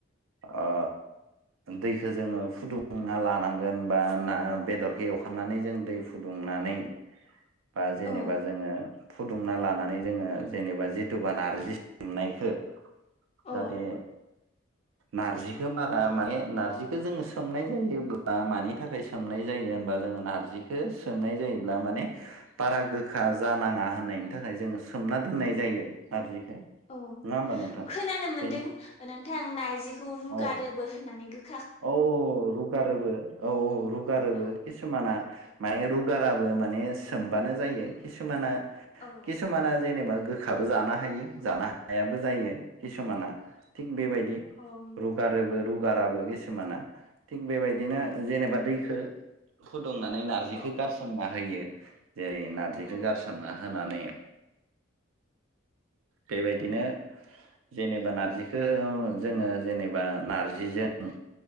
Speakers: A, on the right; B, on the left.
A: ओ दैखो जोङो फुदुंना लानांगोन बा ना बेदरखौ एवखांनानै जों दै फुदुंनानै बा जेनेबा
B: औ
A: जोङो फुदुंना लानानै जोङो जेनेबा जिथुबा नारजि सोमनायखो
B: औ
A: जाहाथे नारजिखो बारा माने नारजिखो जोङो सो सोमनाय जायोब्ला मानि थाखाय सोमनाय जायो होनबा जोङो नारजिखौ सोमनाय जायोब्ला माने बारा गोखा जानाङा होननायनि थाखाय जोङो सोमना दोननाय जायो नारजिखो
B: औ
A: नङा होमबा नोंथां
B: खोनानो मोनदों
A: बेनो
B: नोंथां नारजिखौ रुगारोबो
A: औ
B: होननानै गो
A: औ औ रुगारोबो औ औ रुगारोबो
B: औ
A: किसुमाना माने रुगारा बो माने सोमबानो जायो खिसुमाना
B: औ
A: खिसुमाना जेनेबा गो खाबो जानो हायो जानो हायाबो जायो किसुमाना थिग बेबायदि
B: औ नंगौ।
A: रुगारोबो रुगाराबो किसुमाना। थिग बेबायदिनो
B: औ
A: जेनेबा दैखो फुदुंनानै नारजिखो
B: औ
A: गारसोमना होयो। जेरै नारजिखौ
B: औ
A: गारसोमना होनानै बेबायदिनो जेनेबा नारजिखो जोङो जेनेबा नारजिजों